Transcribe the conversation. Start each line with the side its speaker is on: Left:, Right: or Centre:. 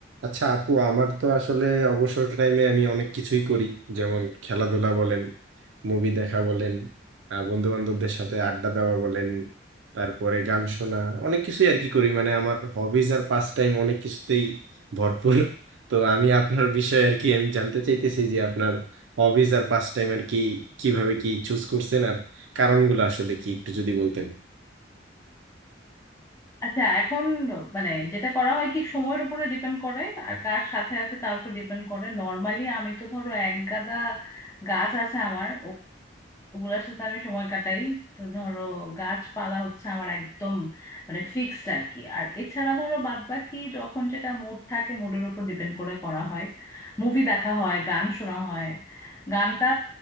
Right: আচ্ছা আপু আমার তো আসলে অবসর টাইমে আমি অনেক কিছুই করি যেমন খেলাধুলা বলেন মুভি দেখা বলেন বন্ধু বান্ধবদের সাথে আড্ডা দেওয়া বলেন তারপরে গান শোনা অনেক কিছুই আর কি করি মানে আমার হবিজ আর পাস টাইম অনেক কিছুতেই ভরপুর <laughs> তো আমি আপনার বিষয়ে আর কি আমি জানতে চাইতেছি যে আপনার হবিজ আর পাস টাইম আর কি কিভাবে কি চুজ করছেন আর কারণগুলো আসলে কি একটু যদি বলতেন
Left: আচ্ছা এখন মানে যেটা করা হয় কি সময়ের উপরে ডিপেন্ড করে আর কার সাথে আছে তার উপর ডিপেন্ড করে নর্মালি আমি তো ধরো এক গাদা গাছ আছে আমার ও- ওগুলার সাথে আমি সময় কাটাই তো ধরো গাছপালা হচ্ছে আমার একদম মানে ফিক্সড আর কি আর এছাড়া ধরো বাদ বাকি যখন যেটা মুড থাকে মুডের উপর ডিপেন্ড করে করা হয় মুভি দেখা হয় গান শোনা হয় গানটা